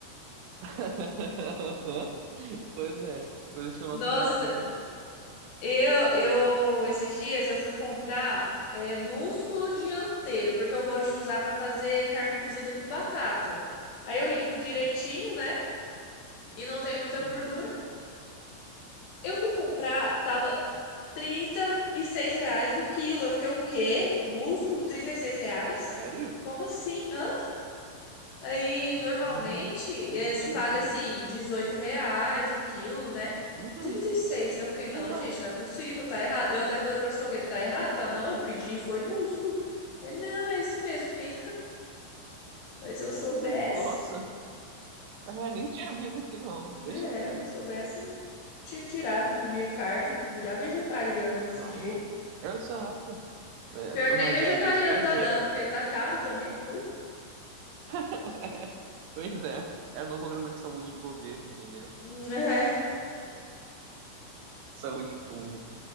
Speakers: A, on the right; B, on the left.
A: <laughs> Pois é. Coisas que eu não
B: Nossa,
A: duvidaria nem um pouco.
B: eu, eu, esses dias eu fui comprar é, músculo dianteiro, porque eu gosto de usar pra fazer carne cozida com batata. Aí eu limpo direitinho,
A: Uhum.
B: né? E não tem muita
A: Sim.
B: gordura. Eu fui comprar, tava trinta e seis reais o quilo. Eu fiquei, o quê? Músculo, 36 reais?
A: Sério?
B: Como assim? Hã? Aí,
A: Gente,
B: normalmente, eh,
A: que absurdo.
B: você paga, assim, 18 reais o quilo, né?
A: Uhum.
B: trinta e seis Eu fiquei, não,
A: Exato.
B: gente, não é possível, tá errado. Eu até falei pra açougueiro, tá errado? Tá não, eu pedi e foi músculo. Ele, não, é isso mesmo. Fiquei, mas se eu soubesse,
A: Uhum. Nossa. É, nem tinha vindo aqui não,
B: né?
A: deixa quieto.
B: Se eu soubesse, eu não tinha tirado, não comia carne. Virar vegetariana desse
A: Não,
B: jeito.
A: exato. É,
B: Pior
A: mas
B: que nem vegetariano
A: às vezes vai
B: tá
A: ver,
B: dando,
A: mas...
B: porque tá caro também, tudo.
A: <laughs> Pois é, é o novo programa de saúde do governo, entendeu?
B: <laughs> É,
A: Saúde pública.